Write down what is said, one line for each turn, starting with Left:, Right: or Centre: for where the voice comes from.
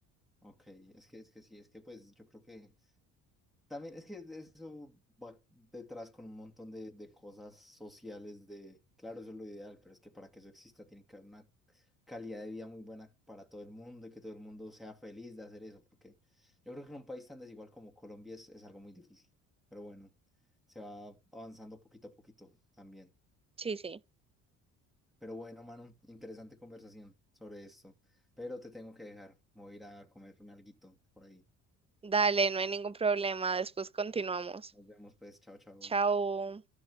Centre: Ok, es que, es que sí, es que pues yo creo que también es que eso va detrás con un montón de, de cosas sociales de, claro, eso es lo ideal, pero es que para que eso exista tiene que haber una calidad de vida muy buena para todo el mundo y que todo el mundo sea feliz de hacer eso, porque yo creo que en un país tan desigual como Colombia es, es algo muy difícil, pero bueno, se va avanzando poquito a poquito también.
Right: Sí, sí.
Centre: Pero bueno, Manu, interesante conversación sobre esto, pero te tengo que dejar, me voy a ir a comerme alguito por ahí.
Right: Dale, no hay ningún problema. Después continuamos.
Centre: Nos vemos pues, chao, chao.
Right: Chao.